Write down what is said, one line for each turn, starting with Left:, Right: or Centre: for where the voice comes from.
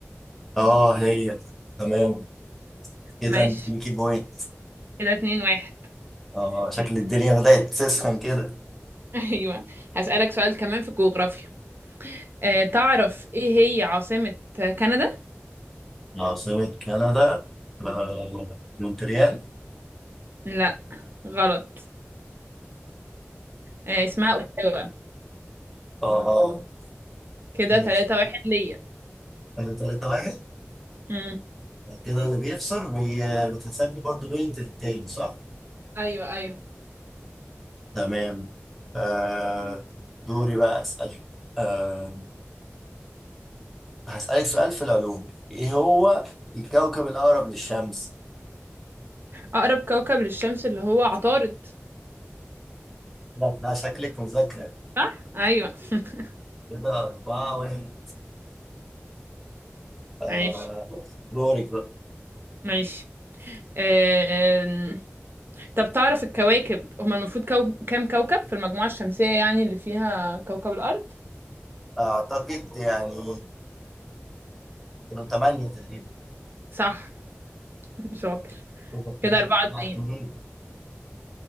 Centre: اه هي تمام كده
Right: ماشي
Centre: انت ليكي بوينت
Right: كده اتنين واحد
Centre: اه
Right: <laughs>
Centre: شكل الدنيا بدأت تسخن كده
Right: أيوة هسألك سؤال كمان في الجغرافيا آه تعرف إيه هي عاصمة كندا؟
Centre: عاصمة كندا آه، مونتريال
Right: لا غلط آه اسمها أوتاوا
Centre: اه اه
Right: كده
Centre: ماشي
Right: تلاتة واحد ليا
Centre: احنا 3 واحد
Right: مم.
Centre: وكده اللي بيخسر بي- بتحسب لي برضه بوينت للتاني صح؟
Right: أيوة أيوة
Centre: تمام آه دوري بقى اسألك آه هسألك سؤال في العلوم ايه هو الكوكب الأقرب للشمس؟
Right: أقرب كوكب للشمس اللي هو عطارد
Centre: لا لا شكلك مذاكرة
Right: صح؟ أيوة <laughs>
Centre: كده أربعة واحد آه
Right: ماشي
Centre: دورك بقى
Right: ماشي آم، طب تعرف الكواكب هما المفروض كو... كام كوكب في المجموعة الشمسية يعني اللي فيها كوكب الأرض؟
Centre: أعتقد يعني كانوا تمانية تقريبا
Right: صح شاطر
Centre: كده اتنين-
Right: كده أربعة
Centre: أربعة
Right: اتنين
Centre: اتنين